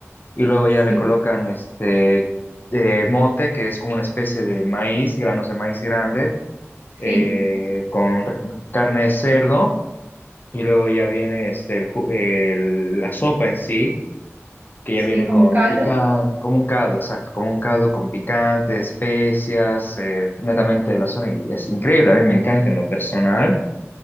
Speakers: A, on the left; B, on the right.
A: y luego ya
B: sí,
A: le colocan este eh, mote, que es como una especie de maíz, granos de maíz grande,
B: sí,
A: eh, con carne de cerdo, y luego ya viene este, el ju- el- la sopa en sí que
B: sí,
A: ya viene
B: como
A: con
B: un caldo.
A: picante, como un caldo, exacto, como un caldo con picante, especias, eh, netamente de la zona. Y es increíble, a mí me encanta en lo personal,